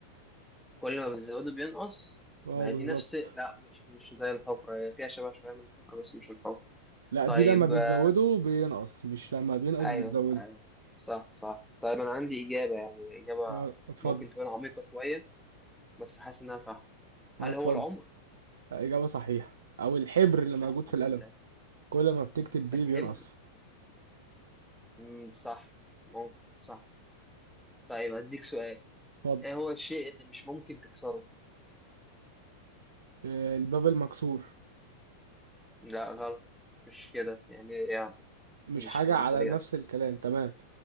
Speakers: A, in the centre; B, on the right.
A: كل ما بتزوده بينقص
B: اه
A: ما هي
B: بالظبط
A: دي نفس لا مش مش زي الحفره هي فيها شبه شويه من الحفره بس مش الحفره
B: لا
A: طيب
B: دي لما بتزوده
A: آه،
B: بينقص مش لما بينقص
A: ايوه
B: بتزوده
A: ايوه صح صح طيب انا عندي اجابه يعني اجابه
B: اه اتفضل
A: ممكن تكون عميقه شويه بس حاسس انها صح هل
B: اه اتفضل
A: هو العمر
B: آه، إجابة صحيحة أو الحبر اللي موجود
A: آه، الحمد
B: في القلم
A: لله
B: كل ما بتكتب بيه
A: الحبر
B: بينقص
A: مم، صح ممكن صح طيب هديك سؤال
B: اتفضل
A: ايه هو الشيء اللي مش ممكن تكسره
B: آه، الباب المكسور
A: لا غلط مش كده يعني, يعني
B: مش
A: مش
B: حاجة
A: بالطريقة
B: على نفس
A: دي
B: الكلام تمام